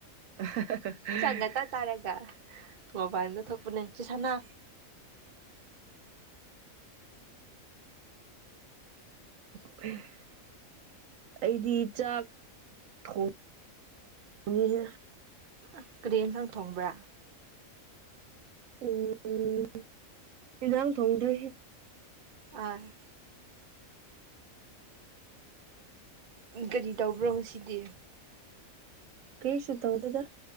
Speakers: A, on the right; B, on the right.
A: <unintelligible>
B: ꯆꯥꯛ ꯉꯟꯇꯥ ꯆꯥꯔꯒ ꯃꯣꯕꯥꯏꯜꯗ ꯊꯣꯛꯄꯅꯦ ꯆꯦ ꯁꯥꯅꯥ
A: <unintelligible> ꯑꯩꯗꯤ ꯆꯥꯛ ꯊꯣꯡ ꯉꯤꯌꯦ
B: ꯑꯁ ꯀꯔꯤ ꯏꯟꯁꯥꯡ ꯊꯣꯡꯕ꯭ꯔꯥ
A: ꯎꯝ ꯀꯗꯪ <unintelligible> ꯊꯣꯡꯗ꯭ꯔ
B: ꯑ ꯎꯝ ꯀꯔꯤ ꯇꯧꯕ꯭ꯔꯣ ꯉꯁꯤꯗꯤ
A: ꯀꯔꯤꯁꯨ ꯇꯧꯗ‌ꯦꯗ